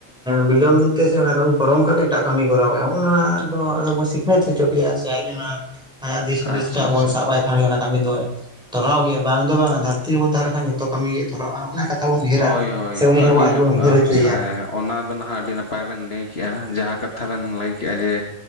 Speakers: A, in the centre; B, on the left.
A: ᱵᱤᱞᱚᱢ ᱛᱮ ᱥᱮ ᱚᱱᱟ ᱠᱟᱹᱢᱤ ᱯᱟᱨᱚᱢ ᱠᱟᱛᱮᱜ ᱮᱴᱟᱜ ᱠᱟᱹᱢᱤ ᱠᱚᱨᱟᱣᱼᱟ ᱚᱱᱚᱣᱟ ᱫᱚ ᱦᱚᱪᱚ ᱜᱮᱭᱟ <unintelligible> ᱟᱭᱟᱜ ᱫᱤᱥ ᱦᱩᱫᱤᱥ
B: ᱟᱪᱪᱷᱟ
A: ᱴᱟᱜ ᱵᱚᱱ
B: ᱟᱪᱪᱷᱟ
A: ᱥᱟᱵᱟᱭ ᱠᱷᱟᱱ ᱜᱮ ᱚᱱᱟ ᱠᱟᱹᱢᱤ ᱫᱚ ᱛᱚᱨᱟᱣ ᱜᱮ ᱵᱟᱝ ᱫᱚ ᱵᱟᱝᱟ ᱫᱷᱟᱹᱨᱛᱤ ᱨᱮᱵᱚᱱ ᱛᱟᱦᱮᱸ ᱞᱮᱱ ᱠᱷᱟᱱ ᱠᱟᱹᱢᱤᱭᱮ ᱛᱚᱨᱚᱜᱼᱟ ᱚᱱᱟ ᱠᱟᱛᱷᱟ ᱵᱚᱱ ᱩᱭᱦᱟᱹᱨᱟ
B: ᱦᱳᱭ ᱦᱳᱭ
A: ᱥᱮ ᱩᱱᱤ
B: ᱟᱹᱰᱤ
A: ᱦᱚᱣᱟᱜ ᱟᱡᱤᱡ
B: ᱱᱟᱯ
A: ᱵᱚᱱ ᱩᱭᱦᱟᱹᱨ ᱦᱚᱪᱚᱮᱭᱟ
B: ᱦᱮᱸ ᱚᱱᱟ ᱫᱚ ᱱᱟᱦᱟᱜ ᱟᱹᱰᱤ ᱱᱟᱯᱟᱭ ᱵᱮᱱ ᱞᱟᱹᱭ ᱠᱮᱜᱼᱟ ᱡᱟᱦᱟᱸ ᱠᱟᱛᱷᱟ ᱵᱮᱱ ᱞᱟᱹᱭ ᱠᱮᱜᱼᱟ ᱡᱮ